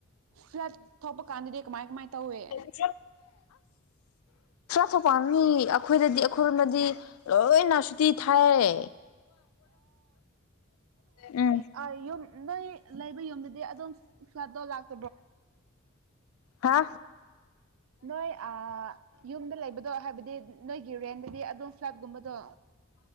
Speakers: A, on the right; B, on the left.
A: ꯐ꯭ꯂꯥꯠ ꯊꯣꯛꯄ ꯀꯥꯟꯗꯗꯤ ꯀꯃꯥꯏ ꯀꯃꯥꯏ ꯇꯧꯏ
B: ꯑꯁ ꯐ꯭ꯂꯠ ꯊꯣꯛꯄ ꯀꯥꯟꯗꯗꯤ ꯑꯩꯈꯣꯏꯗꯗꯤ ꯑꯩꯈꯣꯏꯔꯣꯝꯗꯗꯤ ꯂꯣꯏꯅ ꯁꯨꯇꯤ ꯊꯥꯏꯌꯦ ꯎꯝ
A: ꯑ ꯌꯨꯝ ꯅꯣꯏ ꯂꯩꯕ ꯌꯨꯝꯗꯨꯗꯤ ꯑꯗꯨꯝ ꯐ꯭ꯂꯠꯇꯣ ꯂꯥꯛ
B: ꯍꯥ
A: ꯅꯣꯏ ꯑ ꯌꯨꯝꯗ ꯂꯩꯕꯗꯣ ꯍꯥꯏꯕꯗꯤ ꯅꯣꯏꯒꯤ ꯔꯦꯟꯗꯗꯤ ꯑꯗꯨꯝ ꯐ꯭ꯂꯥꯠ ꯀꯨꯝꯕꯗꯣ